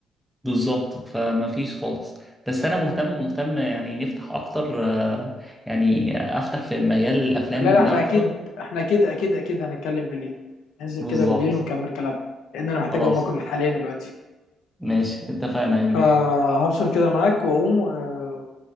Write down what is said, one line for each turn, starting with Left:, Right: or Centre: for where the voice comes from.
Centre: بالظبط فما فيش خالص بس أنا مهتم مهتم يعني نفتح أكتر آه، يعني أفتح في مجال الأفلام
Left: لا لا احنا
Centre: ده أكتر
Left: اكيد احنا اكيد اكيد اكيد هنتكلم بالليل ننزل
Centre: بالظبط
Left: كده بالليل ونكمل كلامنا لان انا محتاج
Centre: خلاص
Left: اقوم اكل حاليا دلوقتي
Centre: ماشي اتفقنا يا كبير
Left: فهفصل كده معاك واقوم آه،